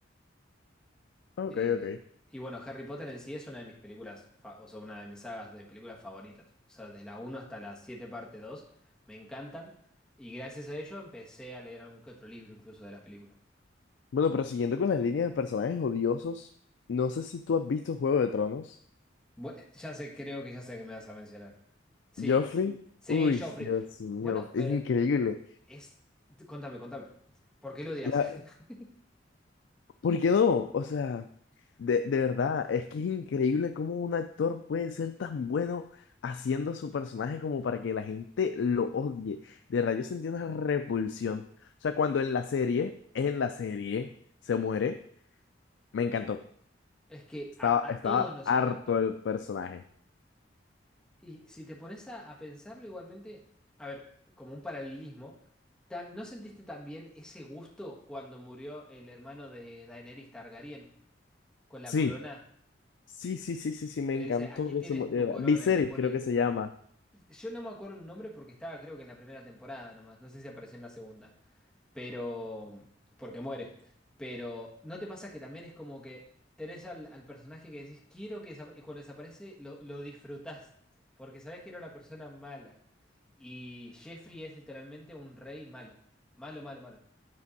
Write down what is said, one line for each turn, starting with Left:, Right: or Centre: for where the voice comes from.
Left: ok,
Centre: Eh,
Left: ok.
Centre: y bueno, Harry Potter en sí es una de mis películas, fa- o sea, una de mis sagas de películas favoritas. O sea, de la uno hasta la 7 parte 2 me encantan. Y gracias a ello empecé a leer algún que otro libro incluso de la película.
Left: Bueno, pero siguiendo con las líneas de personajes odiosos, no sé si tú has visto Juego de Tronos.
Centre: Bueno, ya sé, creo que ya sé que me vas a mencionar. Sí,
Left: Joffrey,
Centre: s- sí,
Left: uy,
Centre: Joffrey.
Left: Dios mío,
Centre: Bueno, pero
Left: es increíble.
Centre: es... Contame, contame. ¿Por qué lo odias?
Left: La-
Centre: <laughs>
Left: ¿Por qué no? O sea, de, de verdad, es que es increíble cómo un actor puede ser tan bueno haciendo su personaje como para que la gente lo odie. De verdad, yo sentí una repulsión. O sea, cuando en la serie, en la serie, se muere, me encantó.
Centre: Es que
Left: Estaba,
Centre: a, a
Left: estaba
Centre: todos nos
Left: harto
Centre: encantó.
Left: el personaje.
Centre: Y si te pones a, a pensarlo igualmente, a ver, como un paralelismo, ta- ¿no sentiste también ese gusto cuando murió el hermano de Daenerys Targaryen con la
Left: Sí,
Centre: corona?
Left: sí, sí, sí, sí, sí, me
Centre: Que
Left: encantó
Centre: dice, aquí
Left: que
Centre: tienes
Left: se muriera.
Centre: tu corona
Left: Viserys
Centre: y le pone
Left: creo
Centre: el...
Left: que se llama.
Centre: Yo no me acuerdo el nombre porque estaba creo que en la primera temporada nomás, no sé si apareció en la segunda. Pero, porque muere. Pero, ¿no te pasa que también es como que tenés al, al personaje que decís, quiero que desapa-", y cuando desaparece lo, lo disfrutás, porque sabés que era una persona mala. Y Jeffrey es literalmente un rey malo, malo, malo, malo.